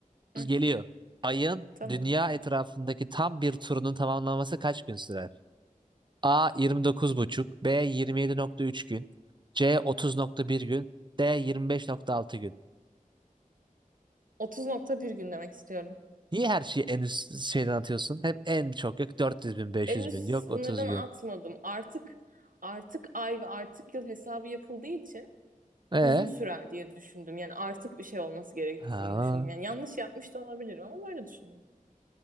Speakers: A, on the right; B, on the right.
A: Hı,
B: Geliyor. Ayın
A: tamam.
B: dünya etrafındaki tam bir turunun tamamlanması kaç gün sürer? A 29,5, B 27,3 gün, C 30,1 gün, D 25,6 gün.
A: 30.1 gün demek istiyorum.
B: Niye her şeyi en üst şeyden atıyorsun? Hep en çok yok 400 bin, 500
A: En üst
B: bin,
A: sınırdan
B: yok 30 gün.
A: atmadım. Artık artık ay ve artık yıl hesabı yapıldığı için
B: E?
A: uzun sürer diye düşündüm. Yani artık bir şey olması gerektiğini
B: Ha,
A: düşündüm. Yani yanlış yapmış da olabilirim ama böyle düşündüm.